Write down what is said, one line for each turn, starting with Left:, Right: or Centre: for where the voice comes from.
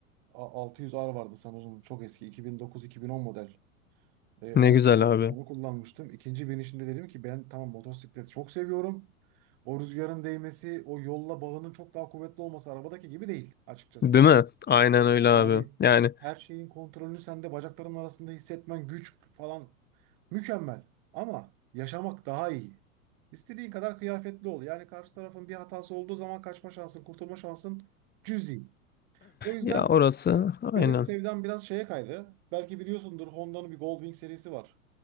Right: A- 600R vardı sanırım. Çok eski 2009-2010 model. E, onu,
Left: Ne güzel
Right: kullan-
Left: abi.
Right: onu kullanmıştım. İkinci binişimde dedim ki ben tamam motosikleti çok seviyorum. O rüzgarın değmesi, o yolla bağının çok daha kuvvetli olması arabadaki gibi değil açıkçası
Left: Değil
Right: yani.
Left: mi? Aynen öyle abi.
Right: Yani
Left: Yani
Right: her şeyin kontrolünü sende bacakların arasında hissetmen, güç falan mükemmel. Ama yaşamak daha iyi. İstediğin kadar kıyafetli ol. Yani karşı tarafın bir hatası olduğu zaman kaçma şansın, kurtulma şansın cüzi. O yüzden
Left: ya orası aynen.
Right: benim sevdam biraz şeye kaydı. Belki biliyorsundur Honda'nın bir Goldwing serisi var.